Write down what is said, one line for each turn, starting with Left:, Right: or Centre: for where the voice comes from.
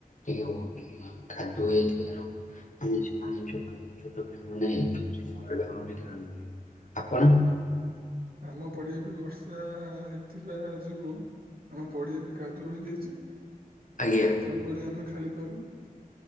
Left: ଟିକେ କାଦୁଅ ହେଇଥିବାରୁ <unintelligible> ଆପଣ?
Right: ଆ ଆମ ପଡିଆ ବି ବର୍ଷା ହେଇଥିଲା ଯୋଗୁ ଆମ ପଡିଆ ବି କାଦୁଅ ହୋଇଯାଇଛି ତେଣୁ
Left: ଆଜ୍ଞା
Right: କରି ଆମେ ଖେଳି ପାରୁନୁ।